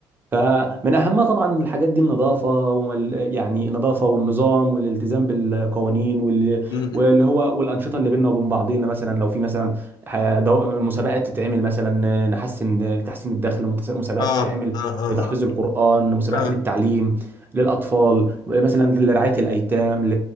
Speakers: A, on the right; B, on the left.
A: فمن اهمها طبعا الحاجات دي النظافه وال... يعني النظافه والنظام والالتزام بالقوانين وال...
B: م- م- م-
A: واللي هو والانشطه اللي بيننا وبين بعضينا مثلا لو في مثلا ح- دو... مسابقات تتعمل مثلا نحسن لتحسين الدخل متس- مسابقات
B: اه
A: تتعمل
B: اه اه
A: لتحفيظ القران مسابقات
B: اه
A: للتعليم للاطفال مثلا لرعايه الايتام ل...